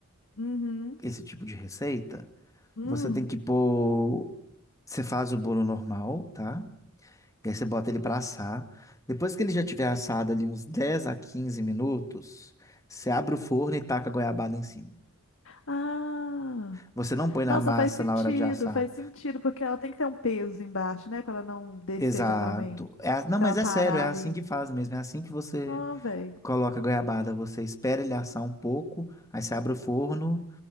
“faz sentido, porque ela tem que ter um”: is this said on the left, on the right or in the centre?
Left